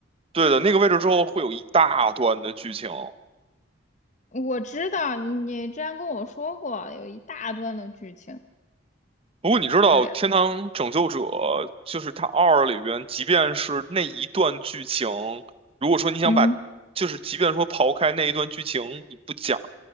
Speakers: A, on the right (about 30°); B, on the left (about 40°).
A: 对的，那个位置之后会有一大段的剧情。
B: 我知道你之前跟我说过有一大段的剧情。
A: 不过你知道《天堂拯救者》
B: 对，
A: 就是它二里边，即便是那一段剧情，如果说你想把，
B: 嗯，
A: 就是即便说刨开那一段剧情你不讲，